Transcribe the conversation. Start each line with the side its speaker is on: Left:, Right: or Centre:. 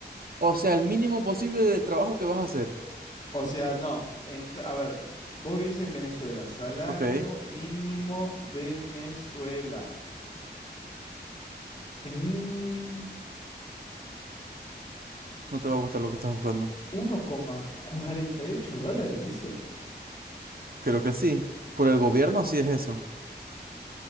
Right: O sea, el mínimo posible del trabajo que vas a hacer.
Left: O sea, no. ent- a ver, vos vivís en Venezuela. Salario
Right: Ok.
Left: mínimo Venezuela. Eh,
Right: No te va a gustar lo que estás buscando.
Left: uno coma cuarenta y ocho dólares, dice.
Right: Creo que sí. Por el gobierno sí es eso.